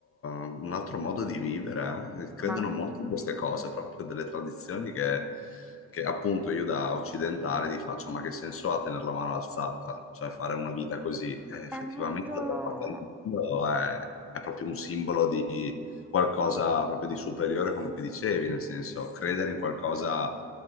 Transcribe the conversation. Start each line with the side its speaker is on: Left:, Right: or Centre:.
Left: un altro modo di vivere, eh. Credono
Centre: Ma
Left: molto in queste cose, proprio delle tradizioni che, che appunto io da occidentale ti faccio, ma che senso ha tenere la mano alzata? Cioè fare una vita così? Eh, effettivamente
Centre: è molto...
Left: da qualche parte del mondo è, è proprio un simbolo di qualcosa proprio di superiore, come dicevi, nel senso credere in qualcosa,